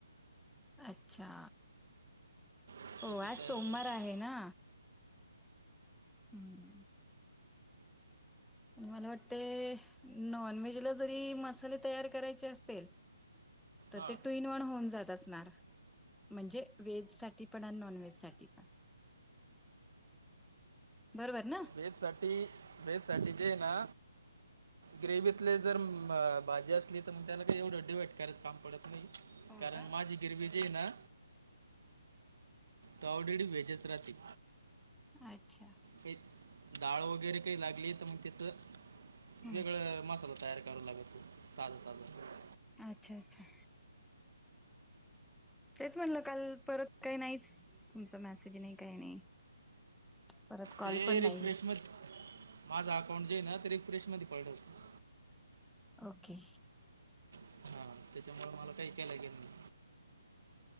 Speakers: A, in the centre; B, on the right.
A: अच्छा.
B: त्याचीच
A: हो आज
B: तयारी
A: सोमवार
B: कर
A: आहे ना. हम्म. मला वाटते नॉनव्हेजला जरी मसाले तयार करायचे असेल तर
B: हां
A: ते टू ईन वन होऊन जात असणार. म्हणजे व्हेजसाठी पण आणि नॉन व्हेजसाठी पण. बरोबर ना?
B: व्हेजसाठी व्हेजसाठी जे आहे ना ग्रेवितली जर भाजी असली तर, मग त्याला काही एवढं डिवाईट करायच काम पडत नाही.
A: हो
B: कारण
A: का
B: माझी ग्रेव्ही जी आहे ना, ते ऑलरेडी वेगळीच राहती.
A: अच्छा.
B: काही डाळ वगैरे काही लागली तर मग तिथं
A: हम्म
B: वेगळ मसाला तयार करावं लागत, ताजं ताजं.
A: अच्छा अच्छा. तेच म्हणलं काल परत काही नाहीच. तुमचा मॅसेज नाही, काही नाही. परत कॉल
B: ते
A: पण नाही.
B: रिफ्रेशमध्ये माझं अकाउंट जे आहे ना ते रिफ्रेशमध्ये पडलं होतं.
A: ओके.
B: हा त्याच्यामुळे मला काही काय काय लागेन?